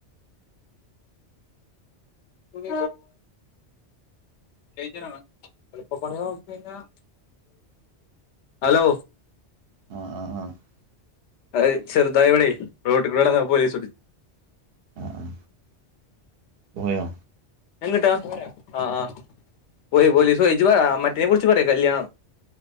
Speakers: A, on the left; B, on the right.
A: ഉ <inaudible> ഡൈഞ്ചറാണ് എളുപ്പ പണികളൊക്കെ കഴിഞ്ഞാൽ അലോ
B: ആഹ് ആഹ് ആഹ്
A: അഹ് ചെറ്തായി ഇവിടെയ് റോഡുകൂടെ നടന്നപ്പോ പോലീസുടിച്ച്
B: ആഹ് പോയോ
A: എങ്ട്ടാ? ഇപ്പ വെരാ ആ ആ പോയി പോലീസോയി ഇജ്ജ് പറ മറ്റിനെ കുറിച്ച് പറി കല്യാണം.